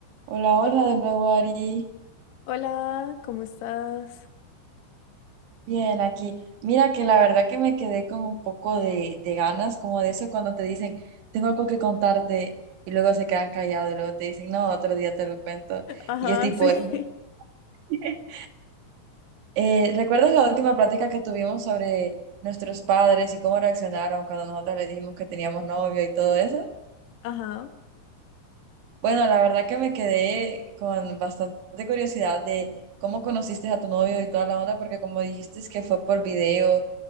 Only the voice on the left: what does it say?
Hola, ¿cómo estás?
Ajá,
sí.
<laughs>
Ajá,